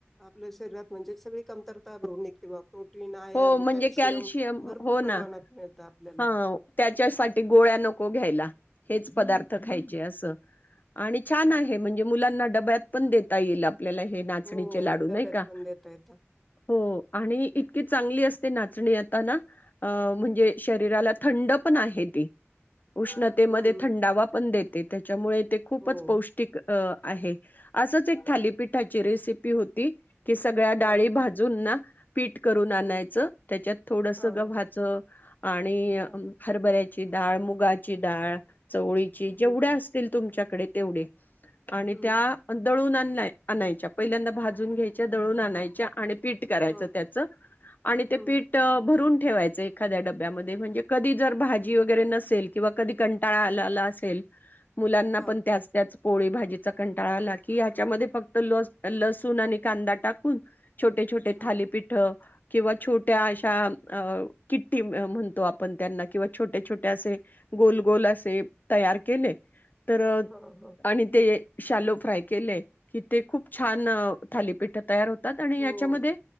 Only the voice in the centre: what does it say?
आपल्या शरीात म्हणजे सगळी कमतरता घऊनते बा प्रोटीन, आयर्न,
भरपूर
प्रमाणात
मिळतं आपल्याला.
हो.
हो
डब्यात
पण देता येतात.
हम्म.
हो.
हां.
हं.
हां.
हां.
हं.
हं.
हं.
हां.
हं.
हं.
हां.
हां.
हां. हां.
हो.